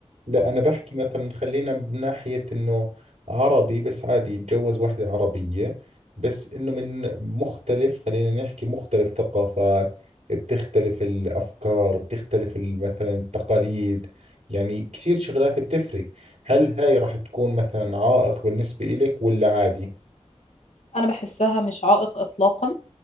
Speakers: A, on the right; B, on the left.
A: لا أنا بحكي مثلا خلينا من ناحية إنه عربي بس عادي يتجوز وحدة عربية بس إنه من مختلف خلينا نحكي مختلف ثقافات بتختلف الأفكار بتختلف ال- مثلا التقاليد يعني كثير شغلات بتفرق هل هاي راح تكون مثلا عائق بالنسبة إلك ولا عادي؟
B: أنا بحسها مش عائق إطلاقا